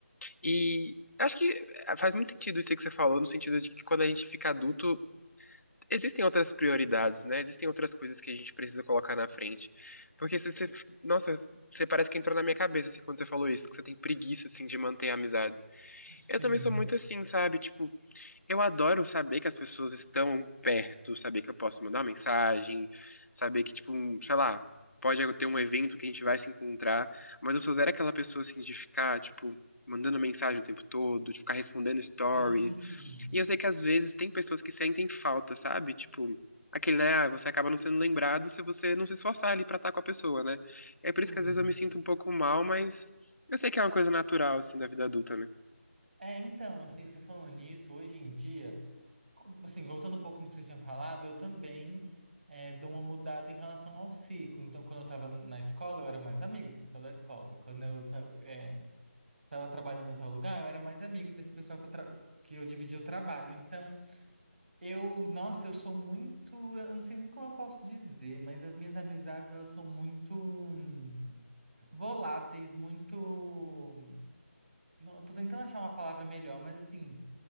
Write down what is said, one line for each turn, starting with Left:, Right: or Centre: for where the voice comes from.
Left: E acho que é, faz muito sentido isso aí que você falou, no sentido de que quando a gente fica adulto, existem outras prioridades, né? Existem outras coisas que a gente precisa colocar na frente. Porque você, você- nossa, você parece que entrou na minha cabeça, assim, quando você falou isso, que você tem preguiça, assim, de manter amizades.
Right: Sim.
Left: Eu também sou muito assim, sabe? Tipo, eu adoro saber que as pessoas estão perto, saber que eu posso mandar uma mensagem, saber que, tipo, um, sei lá, pode ter um evento que a gente vai se encontrar, mas eu sou zero aquela pessoa, assim, de ficar, tipo, mandando mensagem o tempo todo, de ficar respondendo story.
Right: Sim,
Left: E eu sei que às vezes tem pessoas que sentem falta, sabe? Tipo, aquele, né, ah, você acaba não sendo lembrado se você não se esforçar ali pra estar com a pessoa, né? É
Right: sim.
Left: por isso que às vezes eu me sinto um pouco mal, mas eu sei que é uma coisa natural, assim, da vida adulta, né?
Right: É, então, assim, você falando nisso, hoje em dia, co- assim, voltando um pouco no que você tinha falado, eu também é, dou uma mudada em relação ao ciclo. Então, quando eu estava na escola, eu era mais amigo do pessoal da escola. Quando eu ta- é, tava trabalhando em tal lugar, eu era mais amigo desse pessoal que eu, tra- que eu dividia o trabalho. Então, Eu, nossa, eu sou muito, eu não sei nem como eu posso dizer, mas as minhas amizades, elas são muito hum, voláteis, muito, não, eu tô tentando achar uma palavra melhor, mas assim,